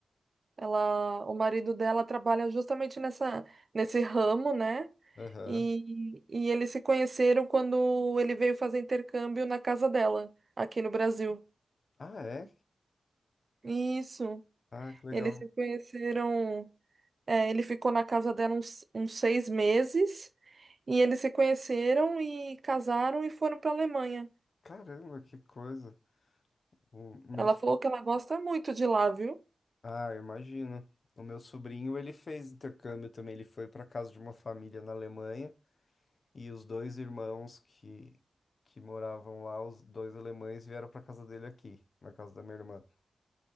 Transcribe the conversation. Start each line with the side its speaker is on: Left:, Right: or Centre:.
Right: Ela, o marido dela trabalha justamente nessa, nesse ramo, né?
Left: Aham.
Right: E, e eles se conheceram quando ele veio fazer intercâmbio na casa dela, aqui no Brasil.
Left: Ah, é?
Right: Isso.
Left: Ah, que legal.
Right: Eles se conheceram. é, ele ficou na casa dela uns, uns seis meses. E eles se conheceram e casaram e foram para Alemanha.
Left: Caramba, que coisa. O meu...
Right: Ela falou que ela gosta muito de lá, viu?
Left: Ah, eu imagino. O meu sobrinho, ele fez intercâmbio também, ele foi para casa de uma família na Alemanha e os dois irmãos que que moravam lá, os dois alemães vieram para casa dele aqui, na casa da minha irmã.